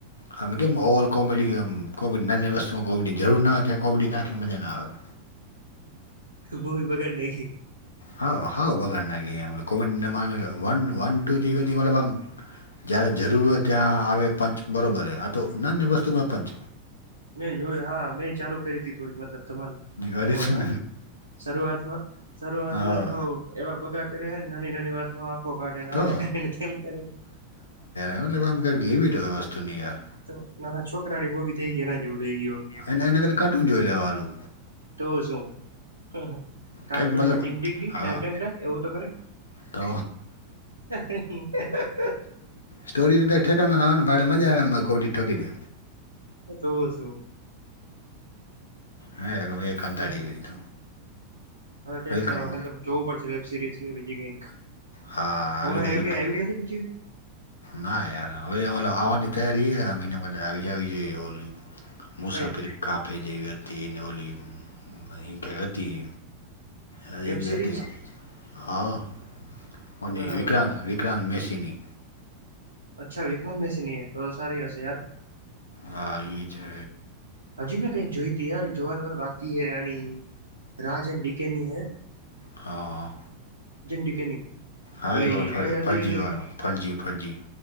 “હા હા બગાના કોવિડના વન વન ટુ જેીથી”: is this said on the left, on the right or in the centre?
Left